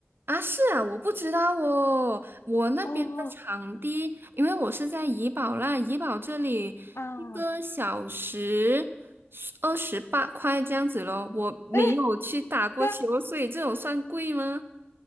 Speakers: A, on the right; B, on the left.
A: 啊，是啊，我不知道哦。我那边的场地，
B: 哦
A: 因为我是在怡保啦，怡保这里一个小时
B: 啊，
A: 二十八块这样子咯。我没有去打过球，
B: 哎，这样
A: 所以这种算贵吗？